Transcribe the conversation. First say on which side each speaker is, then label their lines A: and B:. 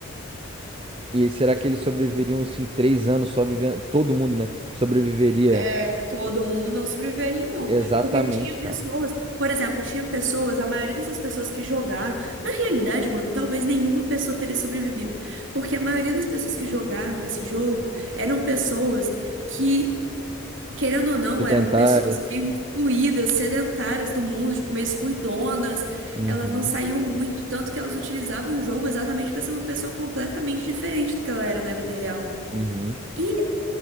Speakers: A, on the right; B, on the right.
A: E será que eles sobreviveriam, assim, três anos só vivendo? Todo mundo, né? Sobreviveria
B: é, todo mundo não sobreviveria, não.
A: exatamente,
B: Porque tinha pessoas,
A: cara.
B: por exemplo, tinha pessoas, a maioria dessas pessoas que jogaram, na realidade, mano, talvez nenhuma pessoa teria sobrevivido. Porque a maioria das pessoas que jogaram esse jogo eram pessoas que, querendo ou não,
A: Sedentárias.
B: eram pessoas meio excluídas, sedentárias do mundo, tipo, meio excluidonas.
A: Uhum,
B: Elas não saíam muito, tanto que elas utilizavam o jogo exatamente para ser uma pessoa completamente diferente do que ela era na vida real.
A: uhum.
B: E